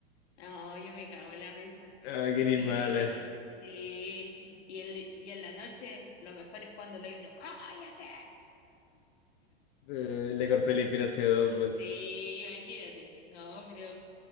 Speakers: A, on the left; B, on the left.
A: No, yo me cago en la risa.
B: Ah, qué eres
A: Y,
B: mala.
A: sí, y, el- y en la noche, lo mejor es cuando le digo, ¡cállate!
B: Eh, le corté
A: <laughs>
B: la inspiración, pues.
A: Sí, imagínate. No, pero.